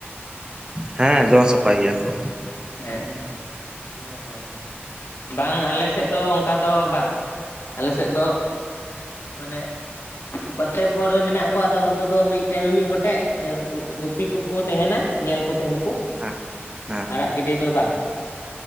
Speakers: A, on the right (about 20°); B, on the left (about 80°).
A: ᱦᱮᱸ ᱡᱚᱢ ᱥᱟᱯᱷᱟᱭ ᱜᱮᱭᱟ ᱠᱚ
B: ᱦᱮᱸ ᱦᱩᱸ ᱦᱚᱸ ᱦᱚᱸ ᱵᱟᱝ ᱟᱞᱮᱥᱮᱫ ᱫᱚ ᱚᱱᱠᱟ ᱫᱚ ᱵᱟᱝ ᱟᱞᱮᱥᱮᱫ ᱫᱚ ᱢᱟᱱᱮ ᱯᱨᱚᱛᱮᱠ ᱦᱚᱨ ᱨᱮ ᱢᱮᱱᱟᱜ ᱠᱚᱣᱟ ᱟᱫᱚ ᱩᱱᱠᱩ ᱫᱚ ᱢᱤᱫᱴᱮᱡ ᱢᱤᱢᱤᱫ ᱜᱚᱴᱮᱡ ᱦᱮᱸ ᱩᱱᱠᱩ ᱜᱩᱯᱤ ᱠᱚᱠᱚ ᱛᱟᱦᱮᱱᱟ ᱧᱮᱞ ᱠᱚ ᱛᱟᱦᱮᱱᱟ ᱠᱚ
A: ᱦᱮᱸ ᱦᱮᱸ
B: ᱟᱲᱟᱜ ᱜᱤᱰᱤ ᱫᱚ ᱵᱟᱝ